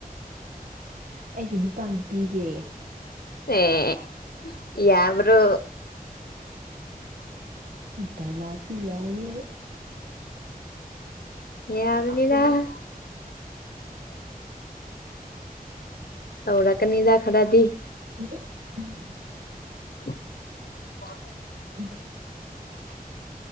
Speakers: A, on the right (about 60°); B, on the left (about 75°).
A: ꯑꯩꯒꯤ ꯅꯨꯄꯥꯒꯤ ꯄꯤꯒꯦ
B: ꯑꯦ ꯌꯥꯕ꯭ꯔꯣ
A: ꯗꯏꯂꯣꯛꯇꯤ ꯌꯥꯏꯌꯦ
B: ꯌꯥꯕꯅꯤꯗ
A: ꯀꯥꯞꯄꯦ
B: <unintelligible> ꯇꯧꯔꯛꯀꯅꯤꯗ ꯈꯔꯗꯤ
A: <unintelligible>
B: <unintelligible>
A: <unintelligible>